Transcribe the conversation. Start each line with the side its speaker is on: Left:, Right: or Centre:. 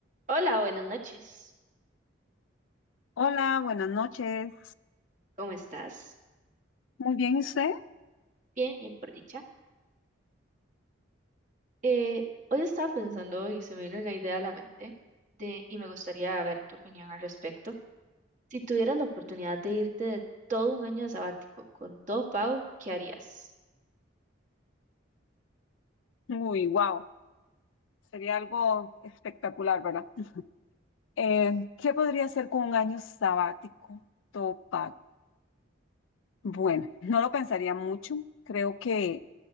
Right: Hola, buenas noches.
Left: Hola, buenas noches.
Right: ¿Cómo estás?
Left: Muy bien, ¿y usted?
Right: Bien, bien, por dicha. Eh, hoy estaba pensando y se me vino una idea a la mente de, y me gustaría ver tu opinión al respecto. Si tuvieras la oportunidad de irte de todo un año de sabático con todo pago, ¿qué harías?
Left: Uy, wow. Sería algo espectacular, ¿verdad? Eh, ¿qué podría hacer con un año sabático todo pago? Bueno, no lo pensaría mucho. Creo que